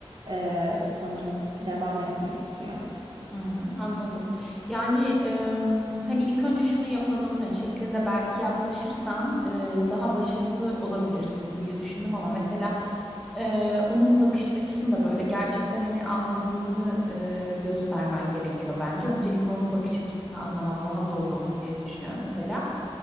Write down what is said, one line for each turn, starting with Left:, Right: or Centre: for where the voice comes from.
Right: e, sanırım devam etmek istiyor.
Centre: Hmm, anladım. Yani em, hani ilk önce şunu yapalım hani şeklinde belki yaklaşırsan e, daha başarılı olabilirsin diye düşündüm ama mesela e, onun bakış açısını da böyle gerçekten hani anladığını e, göstermen gerekiyor bence. Öncelikle onun bakış açısını anlaman daha doğru olur diye düşünüyorum mesela.